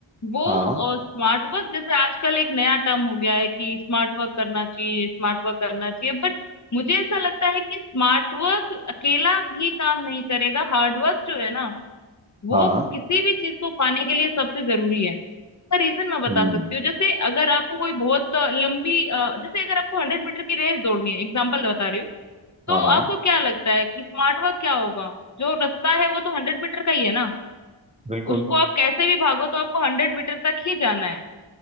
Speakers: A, on the left (about 35°); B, on the right (about 15°).
A: वो
B: हाँ
A: स्मार्ट वर्क जैसे आजकल एक नया टर्म हो गया है कि स्मार्ट वर्क करना चाहिए स्मार्ट वर्क करना चाहिए बट मुझे ऐसा लगता है कि स्मार्ट वर्क अकेला भी काम नहीं करेगा हार्ड वर्क जो है ना वो
B: हाँ
A: किसी भी चीज को पाने के लिए सबसे जरूरी है इसका रीजन मैं बता
B: हम्म
A: सकती हूँ जैसे अगर आपको कोई बहुत अ, लंबी अ, जैसे अगर आपको हंड्रेड मीटर की रेस दौड़नी है एग्जाम्पल बता रही हूँ तो
B: हाँ हाँ
A: आपको क्या लगता है कि स्मार्ट वर्क क्या होगा जो रास्ता है वो तो हंड्रेड मीटर का ही है ना
B: बिल्कुल
A: उसको आप कैसे भी भागो तो आपको हंड्रेड मीटर तक ही जाना है